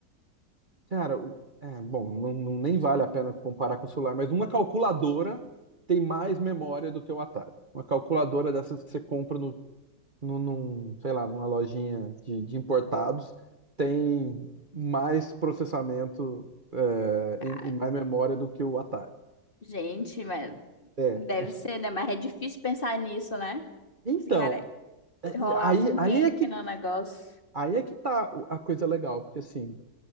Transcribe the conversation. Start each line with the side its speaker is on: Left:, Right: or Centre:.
Right: Cara, o... É, bom, não, não- nem
Left: Sim.
Right: vale a pena comparar com o celular, mas uma calculadora tem mais memória do que o Atari. Uma calculadora dessas que você compra no num, num, sei lá, numa lojinha de, de importados, tem mais processamento, é,
Left: Cara,
Right: e, e mais memória do que o Atari.
Left: gente, mas
Right: É.
Left: deve ser, né? Mas é difícil pensar nisso, né?
Right: Então,
Left: Esse cara, é
Right: é,
Left: rolava
Right: e aí,
Left: um
Right: aí
Left: game
Right: é que,
Left: no negócio.
Right: aí é que tá o- a coisa legal, porque assim,